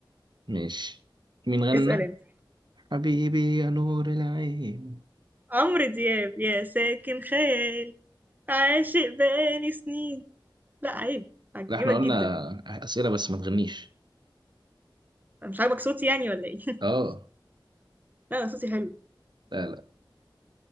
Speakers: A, on the right (about 60°); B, on the right (about 20°).
A: ماشي مين غنى
B: اسأل انت
A: حبيبي يا نور العين
B: عمرو دياب يا ساكن خيالي عاشق بقالي سنين لا عيب عجبك
A: لا احنا قلنا
B: جدا
A: أسئلة بس ما تغنيش
B: أنا مش عاجبك صوتي يعني ولا ايه؟
A: اه
B: <laughs> لا أنا صوتي حلو
A: لا لا